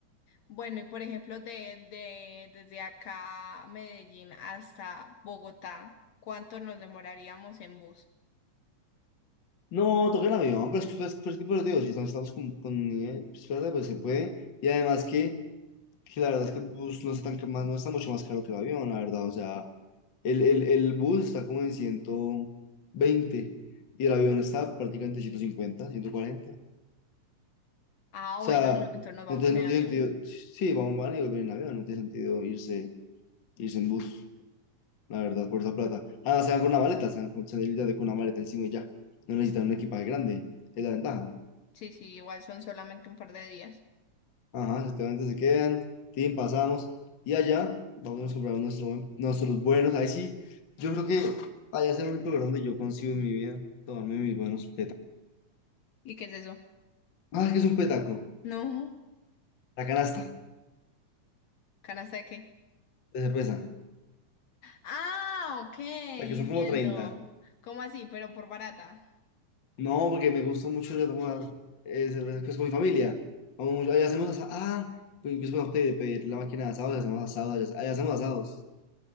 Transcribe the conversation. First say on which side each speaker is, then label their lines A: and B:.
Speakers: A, on the left; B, on the left.
A: Bueno, y por ejemplo, de, de, desde acá a Medellín hasta Bogotá, ¿cuánto nos demoraríamos en bus?
B: No, toca el avión, pero es que, pues, pero es que, pues, digo, si estamos, estamos con, con nivel, pues, espérate, pues se puede. Y además que, que la verdad es que el bus no está tan, ca- más, no está mucho más caro que el avión, la verdad, o sea, El, el, el bus está como en ciento veinte y el avión está prácticamente en 150, ciento cuarenta O
A: Ah,
B: sea,
A: bueno, no, entonces nos vamos
B: no tiene,
A: en
B: no
A: avión.
B: tiene sentido. Sí, van, van y vuelven en avión, no tiene sentido irse, irse en bus, la verdad, por esa plata. Ah, se van con una maleta, se van con, se van literalmente con una maleta encima y ya. No necesitan un equipaje grande, es la ventaja.
A: Sí, sí, igual son solamente un par de días.
B: Ajá, efectivamente se quedan, tin, pasamos y allá vamos a comprar nuestro, buen- nuestros buenos. Ahí sí, yo creo que allá es el único lugar donde yo consigo en mi vida tomarme mis buenos
A: ¿Y qué es eso?
B: Ah, que es un petaco.
A: No,
B: La canasta
A: ¿canasta de qué?
B: de cerveza.
A: Ah, ok,
B: La que son
A: entiendo.
B: como treinta
A: ¿Cómo así? Pero por barata.
B: No, porque me gusta mucho yo tomar eh, cerveza pues, con mi familia. Vamos mucho. Allá hacemos asados. Ah, pues, incluso podemos pedir, pedir la máquina de asados. Hacemos asados. Allá, allá hacemos asados.